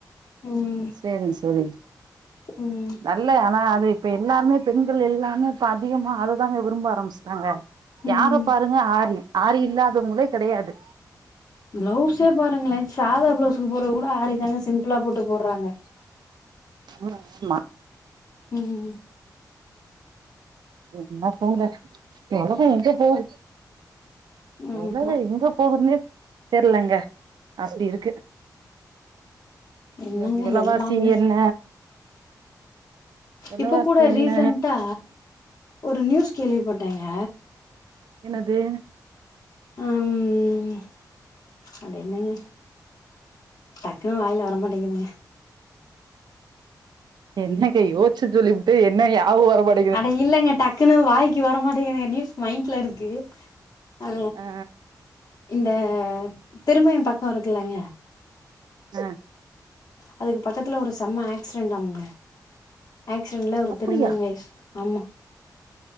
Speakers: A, on the left; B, on the right.
A: ம்
B: சேரிங் சோழி
A: ம்
B: நல்ல ஆனா அது இப்ப எல்லாருமே பெண்கள் எல்லாருமே இப்ப அதிகமா அததாங்க விரும்ப ஆரம்ச்சுட்டாங்க
A: ம்
B: யார பாருங்க ஆரி ஆரி இல்லாதவுங்ளே கெடையாது
A: ப்ளவ்ஸே பாருங்ளே சாதா ப்ளவுஸுக்கு போற்றத கூட ஆரி தாங்க சிம்புளா போட்டு போற்றாங்க
B: ம் மா
A: ம் ம்
B: என்ன போங்க ஒலக எங்க போவுது
A: ம்
B: உலக எங்கப் போகுதுனே தெர்லங்க அப்டி இருக்கு
A: என்னங்க
B: இன்னக்கி வெலவாசி
A: எல்லாமே
B: என்ன வெலவாசி
A: இப்ப கூட ரீசன்ட்டா
B: என்ன
A: ஒரு நியூஸ் கேள்விப்பட்டேங்க
B: என்னது
A: அம் அட என்னங்க டக்குன்னு வாய்ல வரமாட்டேங்கிதுங்க
B: என்னங்க யோச்சு சொல்லிபுட்டு என்ன யாவு வர மாட்
A: அட இல்லங்க டக்குன்னு வாய்க்கு வரமாட்டேங்கிதுங்க நியூஸ் மைண்ட்ல இருக்கு அ
B: ஆ
A: இந்த திருமயம் பக்கோ இருக்குல்லைங்க
B: அ
A: அதுக்கு பக்கத்துல ஒரு செம்ம ஆக்சிடென்ட்டாமே ஆக்சிடென்ட்ல ஒரு
B: அப்டியா
A: திருநங்கை ஆமா